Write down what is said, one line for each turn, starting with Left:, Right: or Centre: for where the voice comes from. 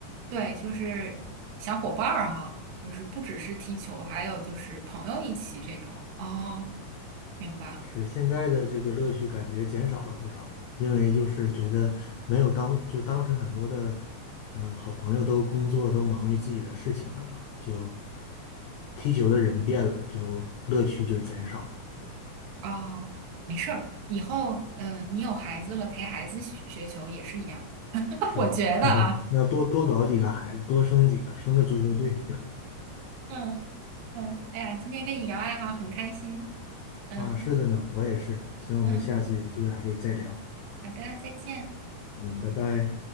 Right: 对，就是小伙伴儿哈，就是不只是踢球，还有就是朋友一起这种。哦，明白了。
Left: 是现在的这个乐趣感觉减少了不少，因为就是觉得没有当就当时很多的呃好朋友都工作都忙于自己的事情了嘛，就踢球的人变了，就乐趣就减少了。
Right: 哦，没事儿，以后嗯、呃你有孩子了，陪孩子学学球也是一样的。<laughs>
Left: 是吧？
Right: 我觉得啊，
Left: <laughs> 呵要多多搞几个孩子，多生几个，生个足球队
Right: 嗯嗯，哎呀，今天跟你聊爱好很开心。嗯
Left: 啊。是的呢，我也是。行，我们下次有机会还可以再聊。
Right: 嗯，好的，再见。
Left: 嗯，拜拜。